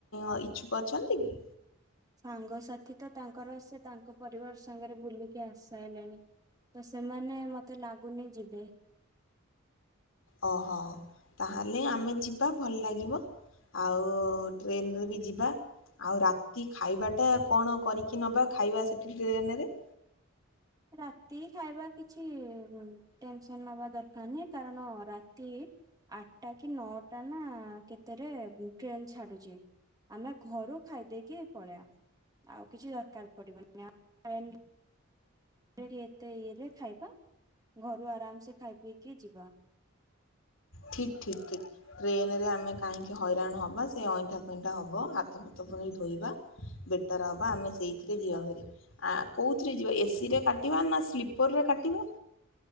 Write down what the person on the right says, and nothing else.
ସାଙ୍ଗସାଥି ତ ତାଙ୍କର ସେ ତାଙ୍କ ପରିବାର ସାଙ୍ଗରେ ବୁଲିକି ଆସି ସାଇଲାଣି। ତ ସେମାନେ ମତେ ଲାଗୁନି ଯିବେ।
ରାତି ଖାଇବା କିଛି ଉ ଟେନସନ ନବା ଦରକାର ନାହିଁ କାରଣ ରାତି ଆଠଟା କି ନଅଟା ନା କେତେରେ ଉ ଟ୍ରେନ ଛାଡୁଛି। ଆମେ ଘରୁ ଖାଇଦେଇକି ପଳେଇବା ଆଉ କିଛି ଦରକାର ପଡିବନି। <inaudible> <inaudible> ଏତେ ଇଏରେ ଖାଇବା ଘରୁ ଆରାମସେ ଖାଇ ପିଇକି ଯିବା।